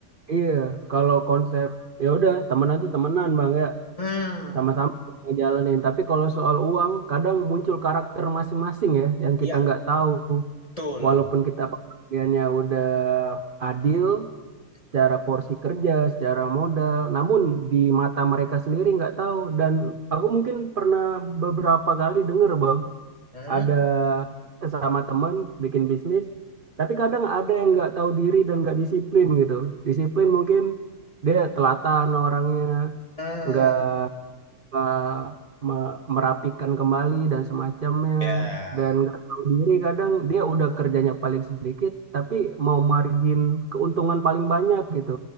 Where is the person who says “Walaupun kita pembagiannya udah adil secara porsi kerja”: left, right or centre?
Right